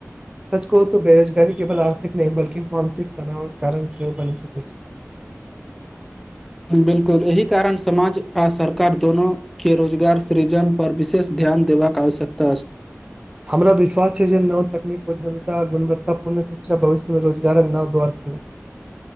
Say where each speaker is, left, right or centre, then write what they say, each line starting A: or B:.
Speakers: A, on the right; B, in the centre.
A: सच कहो तो बेरोजगारी केवल आर्थिक नहि, बल्की मानसिक तनाव के कारण सेहो भए सकै छै।
B: बिलकुल एहि कारण, समाज आ सरकार दोनो के रोजगार सृजन, पर विशेष ध्यान देबाक आवश्यकता अछि।
A: हमरा विश्वास छै जे नव तकनीक, उद्यमिता, गुणवत्तापूर्ण शिक्षा भविष्यमे रोजगारक नव द्वार